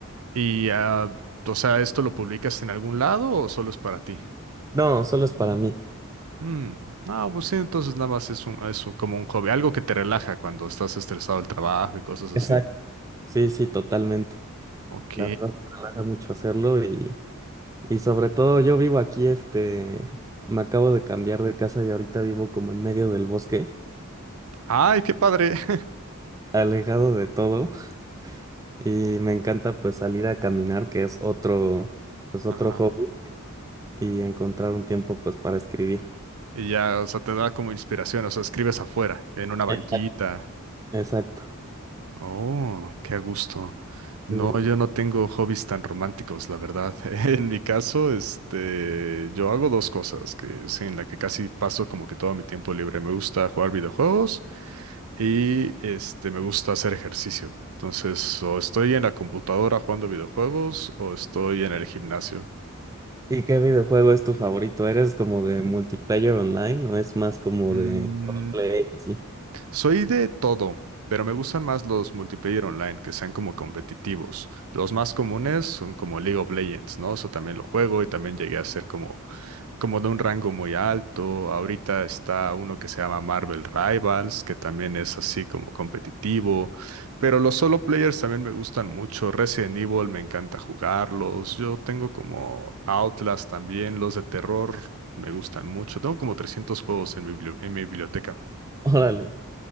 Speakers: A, on the right; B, on the right.
A: ¿Y, ah, o sea, esto lo publicas en algún lado o solo es para ti?
B: No, solo es para mí.
A: Mm, No, pues sí, entonces nada más es un, es un- como un hobby, algo que te relaja cuando estás estresado del trabajo y cosas así.
B: Exacto. Sí, sí, totalmente.
A: Ok.
B: La verdad me relaja mucho hacerlo y, y sobre todo yo vivo aquí, este, me acabo de cambiar de casa y ahorita vivo como en medio del bosque,
A: Ay, qué padre. <laughs>
B: alejado de todo <laughs> y me encanta pues salir a caminar, que es otro, pues otro
A: Ajá.
B: hobby y encontrar un tiempo pues para escribir.
A: Y ya, o sea, te da como inspiración, o sea, escribes afuera, en una banquita.
B: Eh, Exacto.
A: Oh, qué a gusto. No,
B: ¿Y
A: yo no tengo hobbies tan románticos, la verdad. <laughs> En mi caso, este, yo hago dos cosas que sí, en la que casi paso como que todo mi tiempo libre. Me gusta jugar videojuegos y este, me gusta hacer ejercicio. Entonces, o estoy en la computadora jugando videojuegos o estoy en el gimnasio.
B: y qué videojuego es tu favorito? ¿Eres como de multiplayer online o es más como
A: Mm,
B: de play así?
A: Soy de todo, pero me gustan más los multiplayer online que sean como competitivos. Los más comunes son como League of Legends, ¿no? Eso también lo juego y también llegué a ser como, como de un rango muy alto. Ahorita está uno que se llama Marvel Rivals, que también es así como competitivo. Pero los solo players también me gustan mucho. Resident Evil me encanta jugarlos. Yo tengo como Outlast también, los de terror. Me gustan mucho. Tengo como 300 juegos en mi bibli- en mi biblioteca.
B: <laughs> Órale.